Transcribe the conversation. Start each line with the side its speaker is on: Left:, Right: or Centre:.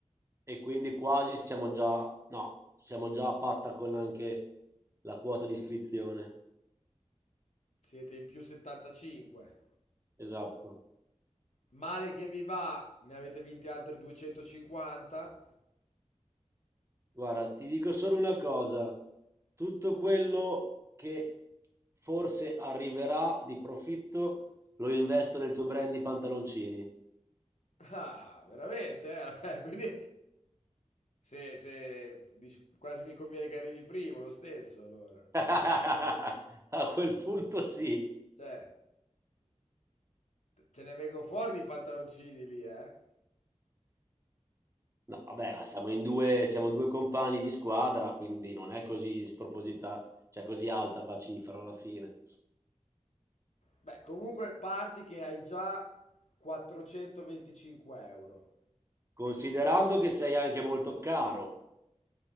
Right: E quindi quasi siamo già, no, siamo già a patta con anche la quota di iscrizione.
Left: Siete in più 75.
Right: Esatto.
Left: Male che vi va, ne avete vinti altri 250.
Right: Guarda, ti dico solo una cosa, tutto quello che forse arriverà di profitto lo investo nel tuo brand di pantaloncini.
Left: Ah, veramente? Eh? <laughs> Quindi se, se dici, quasi mi conviene che arrivi primo lo stesso, allora.
Right: <laughs> A quel punto sì.
Left: Cioè, ce ne vengono fuori di pantaloncini lì, eh?
Right: No, vabbè, ma siamo in due, siamo due compagni di squadra, quindi non è così sproposita, cioè così alta la cifra alla fine.
Left: Beh, comunque parti che hai già 425 euro.
Right: Considerando che sei anche molto caro.